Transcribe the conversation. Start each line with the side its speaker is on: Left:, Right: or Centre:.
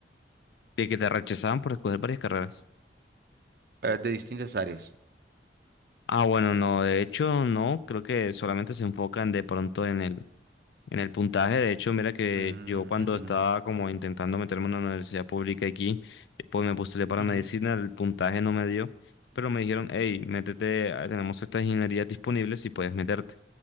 Left: De que te rechazaban por escoger varias carreras.
Right: eh, de distintas áreas.
Left: Ah, bueno, no, de hecho, no, creo que solamente se enfocan de pronto en el En el puntaje, de hecho, mira que
Right: Mm,
Left: yo cuando
Right: ujú,
Left: estaba como intentando meterme en una universidad pública aquí, eh, pues me postulé para
Right: ujú,
Left: medicina, el puntaje no me dio, pero me dijeron, hey, métete, ah, tenemos estas ingenierías disponibles y puedes meterte.